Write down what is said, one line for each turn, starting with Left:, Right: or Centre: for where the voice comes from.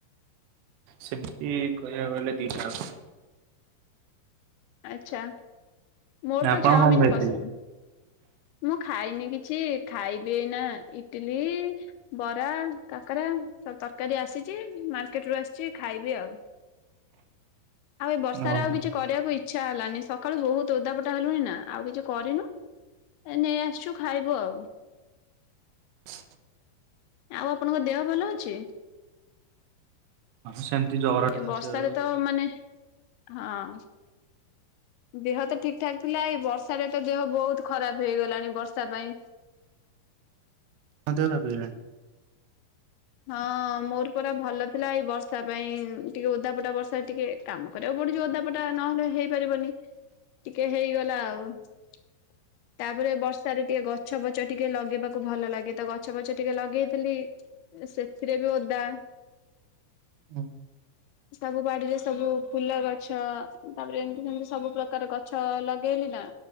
Right: ସେମିତି କହିବାକୁ ଗଲେ ଦିଟା ଙ୍କ।
Left: ଆଛା, ମୋର
Right: ଯାକ
Left: ତ
Right: ଆପଣ
Left: ଚାଓମିିନ୍
Right: କଣ
Left: ପସନ୍ଦ।
Right: <inaudible>
Left: ମୁଁ ଖାଇନି କିଛି ଖାଇବି ଏଇନା ଇଟିଲି ବରା, କାକରା ଆଉ ତରକାରୀ ଆସିଛି ମାର୍କେଟରୁୁ ଆସିଛି ଖାଇବି ଆଉ।
Right: <inaudible>
Left: ଆଉ ଏ ବର୍ଷାରେ
Right: ଓହୋ
Left: ଆଉ କିଛି କରିବାକୁ ଇ ଇଛା ହେଲାନି, ସକାଳୁ ବହୁତ ଓଦାପଟା ହେଲୁଣି ନା ଆଉ କିଛି କରିନୁ। ଏ ନେଇ ଆସିଛୁ ଖାଇବୁ ଆଉ।
Right: <inaudible>
Left: ଆଉ ଆପଣଙ୍କ ଦେହ ଭଲ ଅଛି।
Right: ହଁ, ସେମିତି ଜର
Left: ଏ ବର୍ଷାରେ
Right: ଅଛି ଆଉ।।
Left: ତ ମାନେ ହଁ। ଦେହ ତ ଠିକ୍ ଠାକ୍ ଥିଲା ଏଇ ବର୍ଷା ରେ ତ ଦେହ ବହୁତ ଖରାପ ହେଇଗଲାଣି ବର୍ଷା ପାଇଁ।
Right: ଅଧିକ କାଇଁ ବୁଲିବା
Left: ହଁ, ମୋର ପୁରା ଭଲ ଥିଲା, ଏଇ ବର୍ଷା ପାଇଁ ଟିକେ ଓଦାପଟା ବର୍ଷା ଟିକେ କାମ କରିବାକୁ ପଡୁଛି ଓଦାକୁ ପଟା ନହେଲେ ହେଇପାରିବନି ଟିକେ ହେଇଗଲା ଆଉ ତାପରେ ବର୍ଷା ବର୍ଷା ରେ ଟିକେ ଗଛ ଫଛ ଟିକେ ଲଗେଇବାକୁ ଭଲ ଲାଗେ ତ ଗଛ ଫଛ ଟିକେ ଲଗେଇଥିଲି। ଏ ସେଥିରେ ବି ଓଦା
Right: ହୁଁ।
Left: ସବୁ ବାଡିରେ ସବୁ ଫୁଲ ଗଛ ତାପରେ ଏମି଼ତି ସେମିତି ସବୁ ପ୍ରକାର ଗ ଗଛ ଲଗେଇଲି ନା